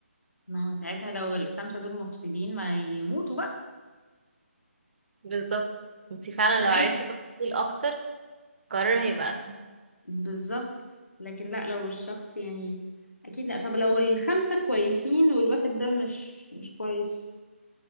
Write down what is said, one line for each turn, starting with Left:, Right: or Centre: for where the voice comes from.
Left: ما هو ساعتها لو الخمسة دول مفسدين ما يموتوا بقى
Right: بالظبط انتي فعلا
Left: ما ده
Right: لو
Left: عادي
Right: عرفتي تفاصيل اكتر القرار هيبقى اسهل
Left: بالظبط لكن لا لو الشخص يعني أكيد لا طب لو الخمسة كويسين والواحد ده مش مش كويس